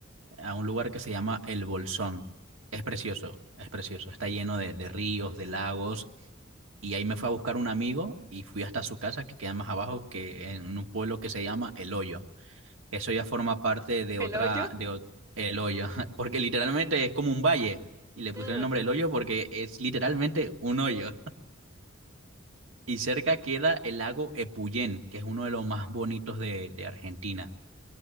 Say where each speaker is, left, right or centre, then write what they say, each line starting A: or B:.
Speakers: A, on the right; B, on the right.
A: a un lugar que se llama El Bolsón. Es precioso, es precioso. Está lleno de, de ríos, de lagos y ahí me fue a buscar un amigo y fui hasta su casa que queda más abajo que en un pueblo que se llama El Hoyo. Eso ya forma parte de
B: ¿El
A: otra,
B: hoyo?
A: de ot- El Hoyo, <laughs> porque literalmente es como un valle y le pusieron
B: Mm,
A: el nombre El Hoyo porque es literalmente un hoyo. Y cerca queda el lago Epuyén, que es uno de los más bonitos de, de Argentina.